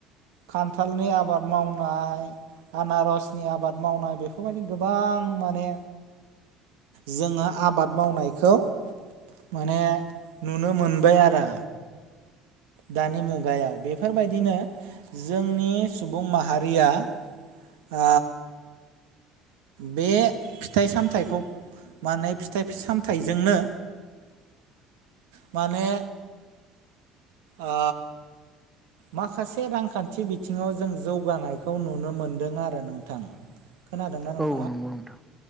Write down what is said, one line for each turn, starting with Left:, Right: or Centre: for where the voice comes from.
Right: खान्थालनि आबाद मावनाय आनारसनि आबाद मावनाय बेफोरबायदि गोबां माने जोङो आबाद मावनायखौ माने नुनो मोनबाय आरो दानि मुगायाव बेफोरबायदिनो जोंनि सुबुं माहारिया ओ बे फिथाइ सामथाइखौ मा होनो फिथाइ सामथाइजोंनो <inaudible> माने ओ माखासे रांखान्थि बिथिङाव जों जौगानायखौ नुनो मोनदों आरो नोंथां
Centre: <unintelligible>
Right: खोनादोंना
Centre: औ
Right: आं
Centre: नंगौ नोंथां